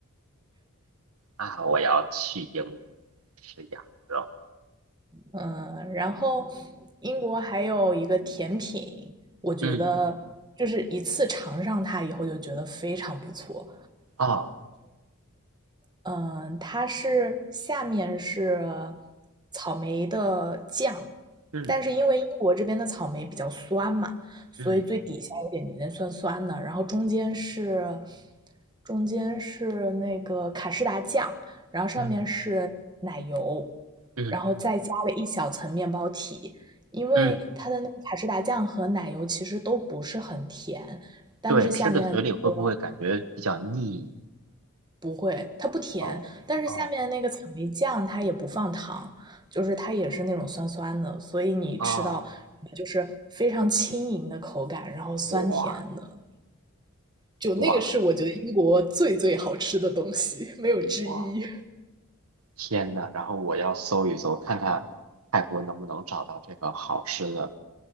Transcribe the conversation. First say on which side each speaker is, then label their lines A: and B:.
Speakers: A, on the right; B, on the right.
A: 啊！我要去英国吃羊肉。
B: 嗯，然后英国还有一个甜品，我觉得就是一次尝上它以后就觉得非常不错，
A: 嗯，哦，
B: 嗯，它是下面是草莓的酱，
A: 嗯
B: 但是因为英国这边的草莓比较酸嘛，所以最底下有点点酸酸的，
A: 嗯
B: 然后中间是中间是那个卡士达酱，然后上面是奶油，
A: 嗯嗯
B: 然后再加了一小层面包体，因为它的那个卡士达酱和奶油其实都不是很甜，
A: 嗯，
B: 但是下面那
A: 对，吃的嘴里会不会感觉比较腻？
B: 不会，它不甜，
A: 哦哦
B: 但是下面那个草莓酱它也不放糖，就是它也是那种酸酸的，所以你吃到
A: 哦，
B: 就是非常轻盈的口感，然后酸甜的。
A: 哇
B: 就那个是我觉得英国最最好吃的东西，
A: 哇
B: 没有之一。
A: 哇！天呐，然后我要搜一搜，看看泰国能不能找到这个好吃的